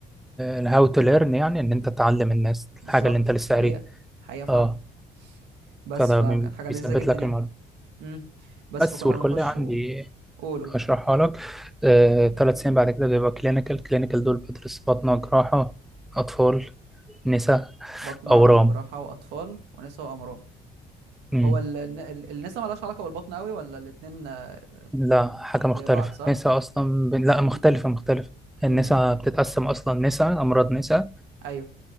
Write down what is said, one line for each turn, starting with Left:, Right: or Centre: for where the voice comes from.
Centre: الهاو تو ليرن يعني ان انت تعلم الناس
Right: بالظبط
Centre: الحاجة اللي انت لسه
Right: حقيقة
Centre: قاريها
Right: حقيقة فعلا
Centre: اه
Right: بس
Centre: فده
Right: فكان
Centre: بي-
Right: حاجة
Centre: بيثبت
Right: لذيذة جدا
Centre: لك
Right: يعني
Centre: المعلومة
Right: امم بس
Centre: بس
Right: فكنا
Centre: والكلية
Right: بنخش
Centre: عندي
Right: وقولوا
Centre: هشرحها لك آه، تلات سنين بعد كده بيبقى كلينيكال كلينيكال دول بدرس بطنة جراحة أطفال نساء
Right: بطنة
Centre: أورام
Right: وجراحة وأطفال ونساء وأمراض
Centre: مم.
Right: هو ال- ال- النساء ملهاش علاقة بالبطن قوي ولا الاتنين آه،
Centre: لا حاجة مختلفة
Right: زي بعض صح؟
Centre: نساء أصلا ب... لا
Right: امم
Centre: مختلفة مختلفة النساء
Right: امم
Centre: بتتقسم أصلا نساء أمراض نساء
Right: ايوه